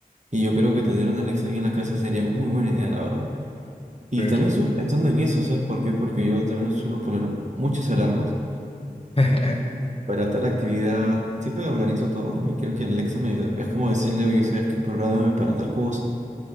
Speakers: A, on the right (about 50°); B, on the left (about 40°).
A: y yo creo que tener una Alexa aquí en la casa sería muy buena idea, la verdad. Y
B: Sí,
A: también
B: sí,
A: estuve
B: sí.
A: pensando en eso, ¿sabes por qué? Porque yo también suelo poner muchas alarmas.
B: <laughs>
A: Para tal actividad, siempre organizo todo, ¿no? Y creo que el Alexa me ayuda. Es como decirle, oye, ¿sabes qué programa para tal cosa?